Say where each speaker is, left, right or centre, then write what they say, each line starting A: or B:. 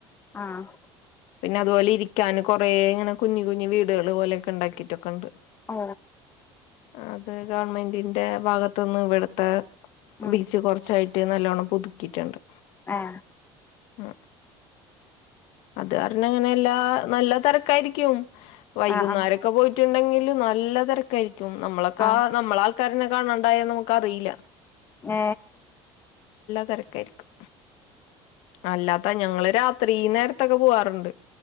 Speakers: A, on the left (about 20°); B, on the left (about 70°).
A: ആഹ
B: പിന്നെ അതുപോലെ ഇരിക്കാന് കുറേ ഇങ്ങനെ കുഞ്ഞഞ് കുഞ്ഞു വീടുകൾ പോലെയൊക്കെ ഉണ്ടാക്കിട്ടൊക്കെ ഉണ്ട്
A: ഓ
B: അത് ഗവൺമെന്റിന്റെ ഭാഗത്ത നിന്ന് ഇവിടുത്തെ
A: ഉം
B: ബീച്ച് കുറച്ചായിട്ട് മറ്റിനല്ലോണ്ണം പുതുക്കിട്ടുണ്ട്
A: ഏ
B: ഉ അത് കാരണം അങ്ങനെ എല്ലാ നല്ല തിരക്കായിരിക്കും വൈകുന്നേരൊക്കെ
A: ആ ആ
B: പോയിട്ട് പോയിറ്റുണ്ടെങ്കിൽ നല്ല തിരക്കായിരിക്കും നമ്മളൊക്കെ
A: ആ
B: നമ്മള ആൾക്കാരനെ കാണണ്ടായന്ന് നമുക്ക് അറിയില്ല
A: ഏ
B: തിരക്ആയിരിക്കും അല്ലാത്ത ഞങ്ങള് രാത്രി നേരത്തൊക്കെ പോവാറുണ്ട്